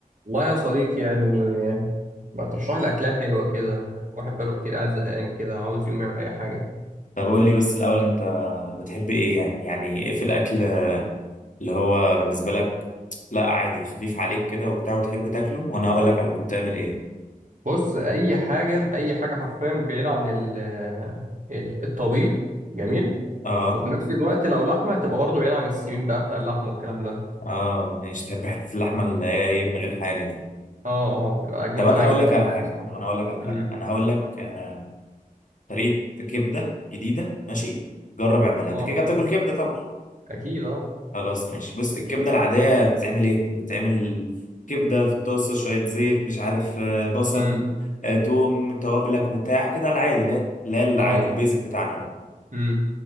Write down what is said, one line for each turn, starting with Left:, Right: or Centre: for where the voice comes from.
Right: والله يا صديقي يعني ما ترشح لي أكلة حلوة كده واحد بقاله كتير قاعد زهقان كده عاوز يقوم يعمل أي حاجة
Left: طب قول لي بس الأول أنت بتحب إيه يعني يعني إيه في الأكل اللي هو بالنسبة لك لا عادي خفيف عليك كده وبتاع وتحب تاكله وأنا هقول لك على طول تعمل إيه
Right: بص أي حاجة أي حاجة حرفيا بعيدة عن ال ال- الطبيخ جميل
Left: أه
Right: وفي نفس الوقت لو لحمة تبقى برضه بعيدة عن السمين بقى بتاع اللحمة والكلام ده
Left: أه ماشي تحب حتة اللحمة اللي هي إيه من غير حاجة دي
Right: اه اه بتبقى أجمد
Left: طب أنا
Right: حاجة
Left: هقول
Right: بالنسبة
Left: لك على حاجة
Right: لي بصراحة
Left: طب أنا هقول لك على
Right: امم
Left: حاجة أنا هقول لك آه، طريقة كبدة جديدة ماشي جرب اعملها
Right: اه
Left: أنت كده كده بتاكل كبدة طبعا
Right: أكيد اه
Left: خلاص ماشي بص الكبدة العادية بتتعمل ايه؟ بتعمل كبدة في الطاسة شوية زيت مش عارف آه، بصل
Right: امم
Left: آه، توم توابلك بتاع كده العادي لا لا العادي
Right: اه
Left: البيزك بتاعنا ده
Right: امم